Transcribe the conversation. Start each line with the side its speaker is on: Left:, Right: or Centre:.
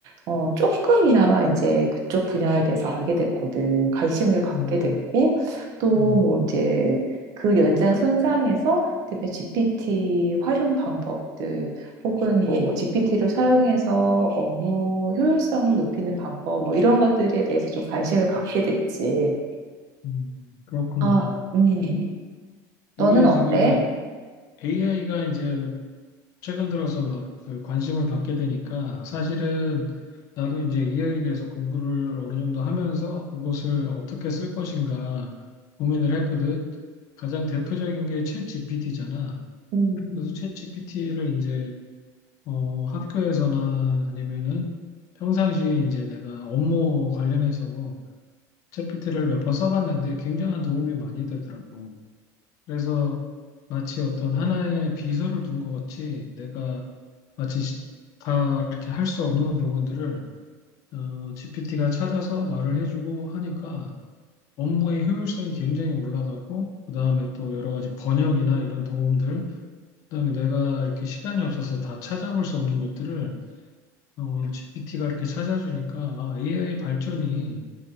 Right: 어, 조금이나마 이제 그쪽 분야에 대해서 알게 됐거든. 관심을 갖게
Left: 음,
Right: 됐고, 또
Left: 음,
Right: 뭐 이제 그 연장 손상에서 그다음에 GPT 활용 방법 등 혹은 뭐 GPT를 사용해서 업무 효율성을 높이는 방법 뭐 이런 것들에 대해서 좀 관심을 갖게 됐지.
Left: 음, 그렇구나.
Right: 아, 음.
Left: 이게
Right: 너는 어때?
Left: 지금 AI가 이제 최근 들어서 막그 관심을 받게 되니까 사실은 나도 이제 AI에 대해서 공부를 어느 정도 하면서 그것을 어떻게 쓸 것인가 고민을 했거든. 가장 대표적인 게 챗 GPT잖아.
Right: 음,
Left: 그래서 챗 GPT를 이제 어, 학교에서나 아니면은 평상시에 이제 내가 업무 관련해서 챗GPT를 몇 번 써봤는데 굉장한 도움이 많이 되더라고. 그래서 마치 어떤 하나의 비서를 둔 것 같이 내가 마치 시- 다 이렇게 할 수 없는 부분들을 어, GPT가 찾아서 말을 해주고 하니까 업무의 효율성이 굉장히 올라가고 그다음에 또 여러 가지 번역이나 이런 도움들 그다음에 내가 이렇게 시간이 없어서 다 찾아볼 수 없는 것들을 어, GPT가 이렇게 찾아주니까 아, AI 발전이